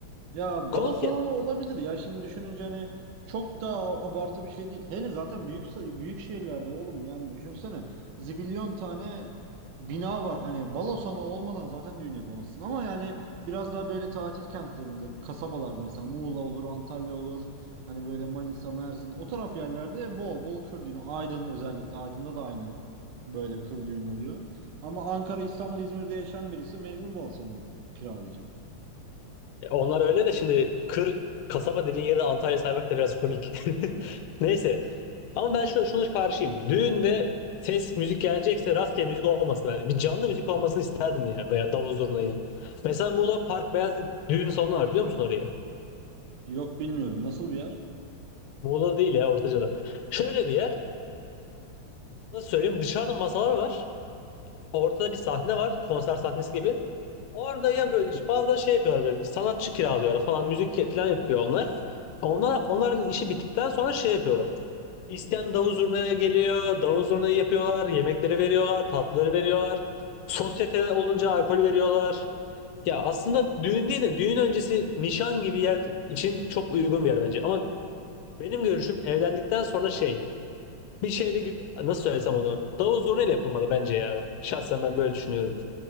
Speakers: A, on the right; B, on the left.
A: Ya
B: Koskep.
A: balo salonu olabilir ya şimdi düşününce hani çok da abartı bir şey değil. Hele zaten büyük sa- büyük şehirlerde oğlum yani düşünsene zibilyon tane bina var hani balo salonu olmadan zaten düğün yapamazsın. Ama yani biraz daha böyle tatil kentlerinde kasabalarda mesela Muğla olur Antalya olur hani böyle Manisa Mersin o taraf yerlerde bol bol kır düğünü Aydın özellikle Aydın'da da aynı böyle kır düğünü oluyor. Ama Ankara İstanbul İzmir'de yaşayan birisi mecbur balo salonu kiralayacak.
B: E, Onlar öyle de şimdi kır, kasaba dediğin yeri Antalya saymak da biraz komik. <laughs> Neyse. Ama ben şu, şunu karşıyım. Düğünde ses, müzik gelecekse rastgele müzik olmasın. Yani bir canlı müzik olmasını isterdim ya. Veya davul zurnayı. Mesela Muğla Park Beyaz düğün salonu var biliyor musun orayı?
A: Yok bilmiyorum. Nasıl bir yer?
B: Muğla değil ya Ortaca'da. Şöyle bir yer. nasıl söyleyeyim dışarıda masalar var. Ortada bir sahne var. Konser sahnesi gibi. Orada ya böyle bazen şey yapıyorlar böyle sanatçı kiralıyorlar falan müzik falan yapıyor onlar. Onlar onlar işi bittikten sonra şey yapıyorlar. İsteyen davul zurnaya geliyor. Davul zurnayı yapıyorlar. Yemekleri veriyorlar. Tatlıları veriyorlar. Sosyete olunca alkol veriyorlar. Ya aslında düğün değil de düğün öncesi nişan gibi yer için çok uygun bir yer bence. Ama benim görüşüm evlendikten sonra şey bir şeyle gü- nasıl söylesem onu. Davul zurnayla yapılmalı bence ya. Şahsen ben böyle düşünüyorum.